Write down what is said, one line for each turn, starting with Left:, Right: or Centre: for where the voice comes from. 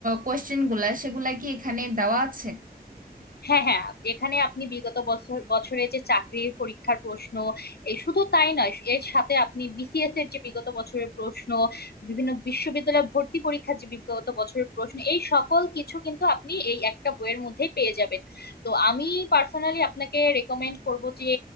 Right: কোয়েশ্চেন গুলা সেগুলা কি এখানে দেওয়া আছে
Left: হ্যাঁ হ্যাঁ এখানে আপনি বিগত বছর বছরে যে চাকরির পরীক্ষার প্রশ্ন এই শুধু তাই নয় এর সাথে আপনি বিসিএস এর যে বিগত বছরের প্রশ্ন বিভিন্ন বিশ্ববিদ্যালয় ভর্তি পরীক্ষার যে বিগত বছরের প্রশ্ন এই সকল কিছু কিন্তু আপনি এই একটা বইয়ের মধ্যেই পেয়ে যাবেন তো আমি পার্সোনালি আপনাকে রেকমেন্ড করব যে